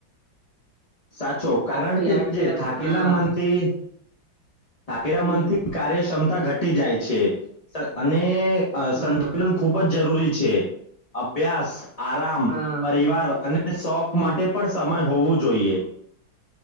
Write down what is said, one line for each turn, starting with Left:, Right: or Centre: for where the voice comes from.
Left: સાચો કારણ
Right: સાત થી
Left: કે
Right: આઠ
Left: જે
Right: કલાક
Left: થાકીલા
Right: હા
Left: મનથી ઠારા
Right: હમ
Left: મનથી કાર્યક્ષમતા ઘટી જાય છે અને
Right: હા
Left: સંતુલન ખૂબ જ જરૂરી છે અભ્યાસ આરામ
Right: હા
Left: પરિવાર અને શોખ
Right: હમ
Left: માટે પણ સ ય હોવું જોઈએ